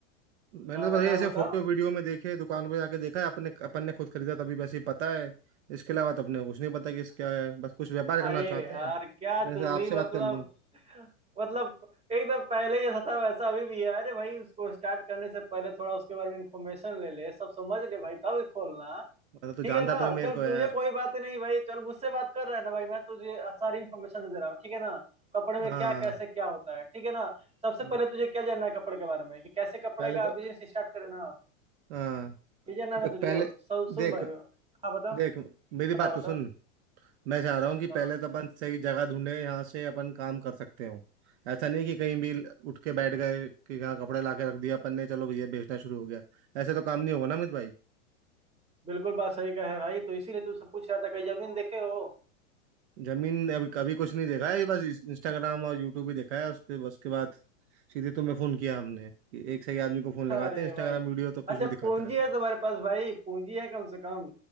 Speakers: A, on the right; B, on the right.
A: मैंने
B: हाँ
A: तो बस
B: बताओ
A: ये ऐसे
B: बताओ
A: फोटो वीडियो में देखे दुकान पे जाके देखा है अपने अपन ने खुद खरीदा तभी वैसे ही पता है इसके अलावा तो अपने को कुछ नहीं पता कि इसका है बस कुछ व्यापार करना
B: अरे
A: चाहते
B: यार
A: हैं मैंने
B: क्या तू
A: सोचा आपसे
B: भी मतलब
A: बात कर लूं
B: मतलब एकदम पहले जैसा था वैसा अभी भी है अरे भाई उसको स्टार्ट करने से पहले थोड़ा उसके बारे में इंफॉर्मेशन ले ले सब समझ ले भाई तब ही खोलना
A: अरे तो तो
B: ठीक
A: जानता
B: है ना
A: तो है मेरे
B: चल
A: को
B: तुझे
A: यार
B: कोई बात नहीं भाई चल मुझसे बात कर रहा है ना भाई मैं तुझे सारी इन्फॉर्मेशन दे दे रहा हूँ ठीक है ना कपड़े में
A: हाँ
B: क्या कैसे क्या होता है ठीक है ना सबसे
A: हाँ,
B: पहले तुझे क्या जानना है कपड़े के बारे में कि कैसे कपड़े
A: पहले
B: का
A: तो
B: बिजनेस स्टार्ट करे ना
A: हाँ
B: ये जानना है
A: देख
B: ना तुझको
A: पहले
B: सब सुन
A: देख
B: भाई हाँ बता
A: देख मेरी
B: बता
A: बात तो
B: बता
A: सुन मैं चाह रहा हूँ कि पहले
B: हाँ
A: तो अपन सही जगह ढूंढे यहाँ से अपन काम कर सकते हो ऐसा नहीं कि कहीं भी उठ के बैठ गए कि यहाँ कपड़े ला के रख दिया अपन ने चलो ये बेचना शुरू हो गया ऐसे तो काम नहीं होगा ना अमित भाई
B: बिल्कुल बात सही कहा है भाई तो इसीलिए तुमसे पूछ रहा था कहीं जमीन देखे हो
A: जमीन अभी कभी कुछ नहीं देखा है अभी बस इस- इंस्टाग्राम और यूट्यूब ही देखा है उसके बस के बाद सीधे तुम्हें फोन किया हमने कि एक सही आदमी को फोन लगाते
B: अरे
A: हैं इंस्टाग्राम
B: भाई
A: वीडियो तो कुछ
B: अच्छा
A: भी दिखाते
B: पूंजी
A: रहता
B: है
A: है
B: तुम्हारे पास भाई पूंजी है कम से कम